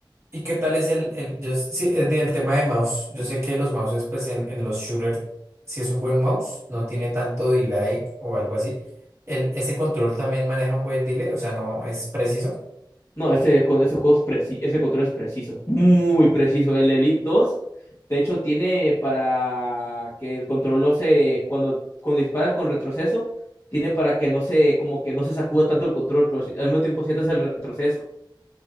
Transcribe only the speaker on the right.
y qué tal es el, el, yo s- sí, el, de- el tema de mouse? Yo sé que los mouses, pues en, en los shooters, si es un buen mouse, no tiene tanto delay o algo así. El, ese control también maneja un buen delay, o sea, no es preciso.